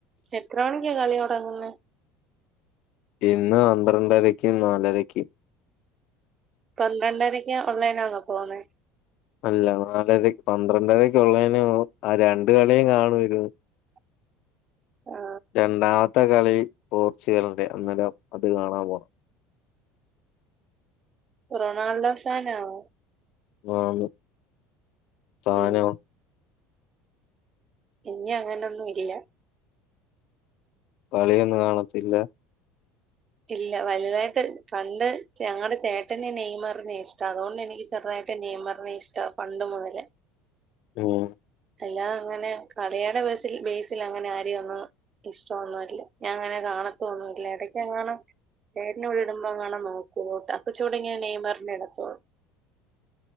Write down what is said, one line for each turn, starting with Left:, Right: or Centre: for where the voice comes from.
Right: എത്ര മണിക്കാ കളി തുടങ്ങുന്നത്
Left: ഇന്ന് പന്ത്രണ്ടായിരക്കും നാലരക്കും
Right: പന്ത്രണ്ടരക്ക ഓൺലൈനാ പോന്ന
Left: അല്ല നാലര പന്ത്രണ്ടരക്കെ ഉള്ളതിനന് ആ രണ്ട് കളിയും കാണും ഇരുന്ന്
Right: <inaudible> ആ
Left: രണ്ടാമത്തെ കളിയി പോർച്ചുഗലിന്റെ അന്നരം അത് കാണാൻ പോകണം
Right: റൊണാൾഡോ ഫാൻ ആണോ
Left: ആ ന്ന് താനോ
Right: ഉം എനിക്ക് അങ്ങനെയൊന്നും ഇല്ല
Left: കളിയൊന്നും കാണത്തില്ല
Right: ഇല്ല വലുതായിട്ട് പണ്ട് ഞങ്ങളുടെ ചേട്ടനെ നെയ്മറി നേ ഇഷ്ടം അതുകൊണ്ട് എനിക്ക് ചെറുതായിട്ട് നിക്ക് നെയ്മറിനെ ഇഷ്ട പണ്ട് മുതലേ
Left: ഉം
Right: അല്ലാത അങ്ങനെ കളിയുടെ ബേസിൽ അങ്ങനെ ആര് വന്ന് ഇഷ്ടം ന്നുംല്ല ഞാൻ അങ്ങനെ കാണത്തൊന്നുമല്ല ഇടയ്ക്ക് അങ്ങനെ ചേട്ടൻ ഇടുമ്പോ അങ്ങനെ നോക്കും അപ്പൊ ചൂടി ഇങ്ങനെ നെയ്മറിന്റെ ഇ ടത്തോളു